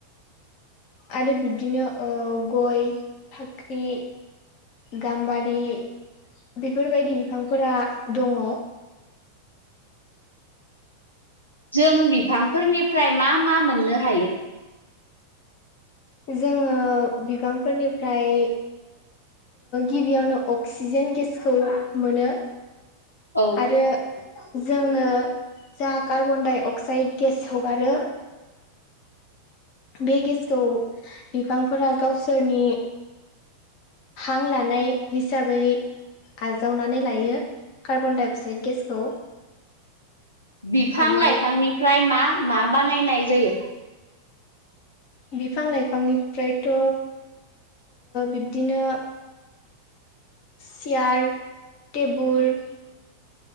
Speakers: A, on the left; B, on the left.
A: आरो बिब्दिनो ओ गय फाख्रि गाम्बारि बेफोरबायदि बिफांफोरा दङ
B: जों बिफांफोरनिफ्राय मा मा मोननो हायो
A: जोङो बिबांफोरनिफ्राय गिबियावनो अक्सिजेन गेसखौ मोनो
B: औ
A: आरो जोंनो जा कार्बन दडाइ अक्साइड गेस हगारो
B: <inaudible>
A: बे गेसखौ बिफांफोरा गावसोरनि हां लानाय हिसाबै आजावनानै लायो कार्बन डाइ अक्साइड गेसखौ
B: बिफां
A: आरो
B: लाइफांनिफ्राय मा मा बानायनाय जायो
A: बिफां लाइफांनिफ्रायथ' बिदिनो चयार टेबोल